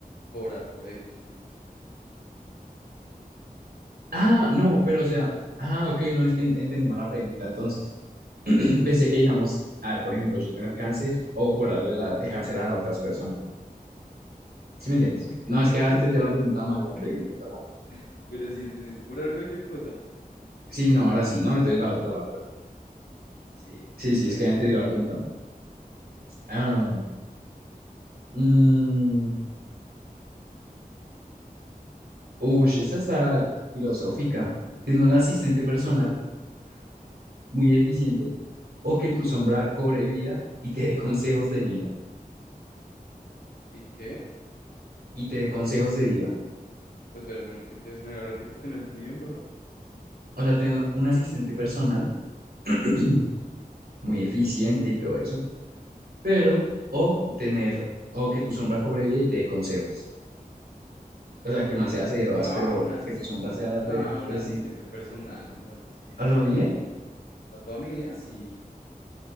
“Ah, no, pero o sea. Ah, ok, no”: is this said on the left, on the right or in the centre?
Right